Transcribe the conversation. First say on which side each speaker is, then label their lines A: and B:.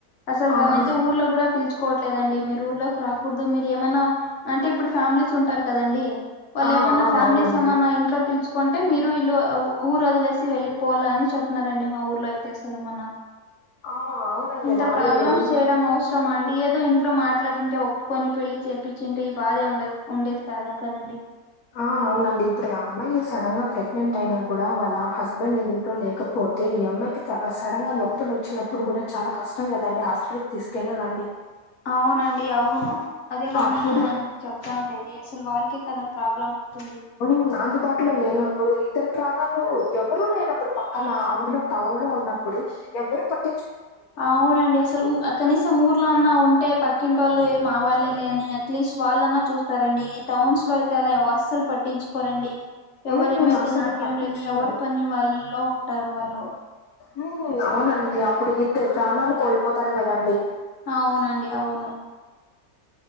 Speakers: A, on the left; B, on the left.
A: అసలు
B: ఆహా
A: వాళ్ళనయితె ఊర్లో కూడ పిల్చు కోవట్లేదండి మీరు ఊర్లోకి రాకూడదు. మీరు ఏమన్నా అంటే ఇప్పుడు ఫ్యామిలీస్ ఉంటరు కదండి వాళ్ళు
B: ఆ
A: ఏమన్న
B: ఆ
A: ఫ్యామిలీస్
B: అవునండి
A: ఏమన్న ఇంట్లో పిల్చుకుంటే మీరు ఇల్లు అవ్ ఊరు వదిలేసి వెళ్ళిపోవలి అని చెప్తునారండి మా ఊర్లో అయితే అసలు మొన్న.
B: ఆ అవునండి
A: ఇంత
B: రానియరు
A: ప్రాబ్లమ్స్ చేయడం అవుస్ రమా అండి ఏదో ఇంట్లో మాట్లాడింటే ఒప్పుకొని, పెళ్ళి చెపిచుంటే ఈ బాధే ఉండ ఉండేది కాద కదండి.
B: ఆ అవునండి ఇప్పుడు ఆ అమ్మాయి సడన్ గా ప్రెగ్నెంట్ అయినా కూడా వాళ్ళ ఆ హస్బెండ్ తో లేకపోతే ఈ అమ్మాయికి క సడన్ గా నొ పు నొచ్చినప్పుడు కూడా చాలా కష్టం కదండి హాస్పిటల్కి తీసుకెళ్ళలండి.
A: అవునండి అవును అదే కాన్
B: అప్పుడు
A: కదన్ చెప్తాండేది. అసల్ వాళ్కే కదా ప్రాబ్లం అవుతుంది.
B: ఉ అందుబాటులో లేనప్పుడు ఇద్దరు ప్రాణాలు ఎవరూ లేనప్పుడు పక్కన అందులో టౌన్ లో ఉన్నప్పుడు ఎవరు పట్
A: అవునండి అస్ అసలు ఆ కనీసం ఊర్లో అన్న ఉంటే పక్కింటోళు ఏ మా వాళ్ళలే అని అట్లీస్ట్ వాళ్ళన్నా చూస్ తరండి ఈ టౌన్స్ లో అయితే అలా అసలు పట్టించుకోరండి.
B: హ్మ్.
A: ఎవరు ఏమైతే
B: అసలు
A: నాకేం
B: పట్టించుకోరు.
A: లే అని ఎవరి పని వాళ్ళలో ఉంటారు వాళ్ళు.
B: మ్ అవునండి అప్పుడు ఇద్దర్ ప్రాణాలు కోల్పోతారు కదండి.
A: అవునండి అవును